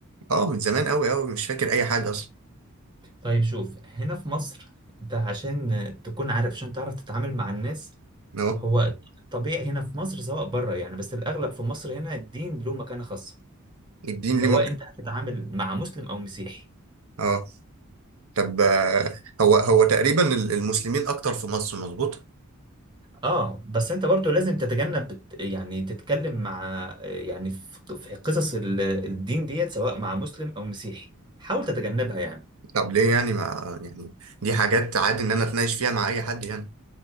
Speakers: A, on the right; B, on the right.
A: اه من زمان قوي قوي مش فاكر اي حاجه اصلا
B: طيب شوف هنا في مصر انت عشان تكون عارف عشان تعرف تتعامل مع الناس
A: اهو
B: هو طبيعي هنا في مصر سواء بره يعني بس الاغلب في مصر هنا الدين له مكانه خاصه
A: الدين
B: سواء
A: ليه مكان
B: انت هتتعامل مع مسلم او مسيحي
A: اه طب آه، هو هو تقريبا ال- المسلمين اكتر في مصر مظبوط
B: اه بس انت برضو لازم تتجنب الت- يعني تتكلم مع يعني في في قصص ال- الدين ديت سواء مع مسلم او مسيحي حاول تتجنبها يعني
A: طب ليه يعني ما يعني دي حاجات عادي ان انا اتناقش فيها مع اي حد يعني